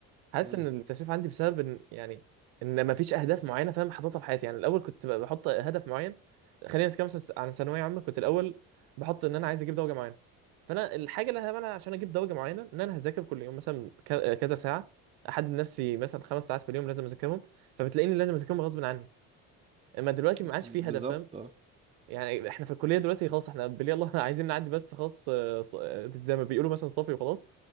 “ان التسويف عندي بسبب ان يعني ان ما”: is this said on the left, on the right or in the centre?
Right